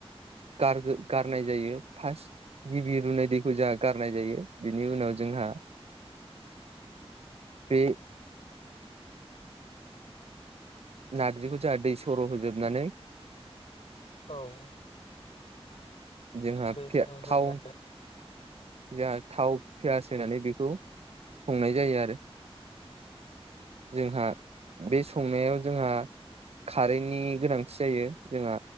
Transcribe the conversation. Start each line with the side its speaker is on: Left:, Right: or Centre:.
Right: गारग्रो गारनाय जायो फास गिबि रुनाय दैखौ जोंहा गारनाय जायो बिनि उनाव जोंहा बे नार्जिखौ जोंहा दै सर' होजोबनानै
Left: औ
Right: जोंहा
Left: दे
Right: पिया
Left: सरन होना
Right: थाव जोंहा थाव पियास होनानै बेखौ संनाय जायो आरो जोंहा बे संनायाव जोंहा खारैनि गोनांथि जायो जोंहा